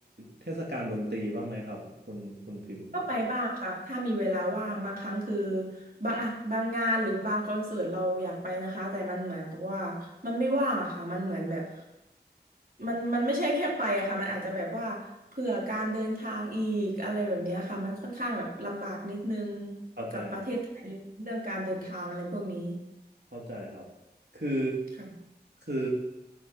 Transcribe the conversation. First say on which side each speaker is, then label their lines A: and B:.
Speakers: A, on the right (about 75°); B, on the right (about 55°).
A: เทศกาลดนตรีบ้างไหมครับคุณคุณพิมพ์
B: ก็ไปบ้างค่ะถ้ามีเวลาว่างบางครั้งคือบางอะบางงานหรือบางคอนเสิร์ตเราอยากไปนะคะแต่มันเหมือนกับว่ามันไม่ว่างอะค่ะมันเหมือนแบบมันมันไม่ใช่แค่ไปอะค่ะมันอาจจะแบบว่าเผื่อการเดินทางอีกอะไรแบบเนี้ยค่ะมันค่อนข้างแบบลำบากนิดนึง
A: เข้าใจ
B: กับประเทศไทยเรื่องการเดินทางอะไรพวกนี้
A: เข้าใจครับคือ
B: ค่ะ
A: คือ